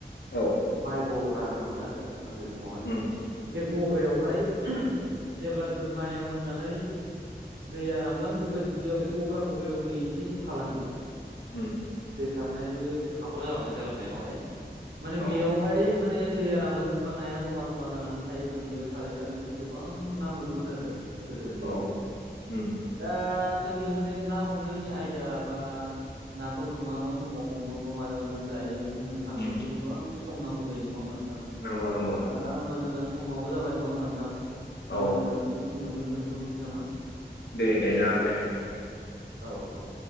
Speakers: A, on the left; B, on the right.
A: औ।
B: माइ गग्रा होनोमोन आरो उन्दै समाव
A: उम।
B: बे गग्रायावहाय जेब्ला माइया मोननानै दैया रानलांजोब्बाय दुब्लियाव बे गग्रा गग्रायाव दै एसे एसे थालाङो
A: उम।
B: दै खारनाय बे हाखर जालांनाय जालांनायावहाय माने
A: औ
B: बेयावहाय माने दैया रानलांजोबबा नाया जमा जमा जानानै थायो जों बेयाव सारै सारै माने गोबां ना मोनोमोन आरो। गोदो उन्दैयावहाय
A: औ उम
B: दा जोंनि माने ना हमनायनि आयदा बा नाखौ जों मा मा समाव हमो बा माजों माजों जायो बुंनो थाङोब्लााथ'
A: उम
B: गोबां सम नांगौ जायो नङा होमबा नोंथां
A: नंगौ नंगौ
B: दा
A: नंगौ
B: होमबा जोंना समावबो जाबाय नङा होमबा नोंथां
A: औ
B: जोङो बेखिनियावनो दोन्थ'नोसै नामा।
A: दे -दे जागोन दे नोंथां दे।
B: औ औ।